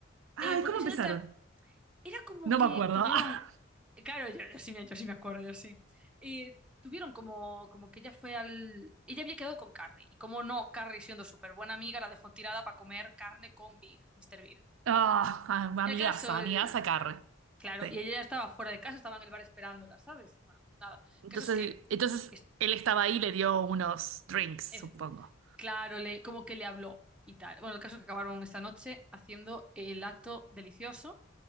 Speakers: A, on the right (about 75°); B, in the centre.
A: Ay,
B: Eh, porque
A: ¿cómo empezaron?
B: si no te, Era como
A: No
B: que
A: me acuerdo.
B: tuvieron,
A: <laughs>
B: claro, yo, yo sí, me- yo sí me acuerdo, yo sí. Eh, tuvieron como, como que ella fue al... Ella había quedado con Carrie. Y como no, Carrie siendo súper buena amiga, la dejó tirada para comer carne con Big, Mr. Big.
A: Ah,
B: El
A: amigaza,
B: caso, el-
A: amigaza Carre.
B: claro,
A: Sí.
B: y ella ya estaba fuera de casa, estaba en el bar esperándola, ¿sabes? Bueno, pues nada. El
A: Entonces,
B: caso es que,
A: entonces
B: es-
A: él estaba ahí y le dio unos drinks, supongo.
B: es- claro, le, como que le habló y tal. Bueno, el caso es que acabaron esta noche haciendo el acto delicioso.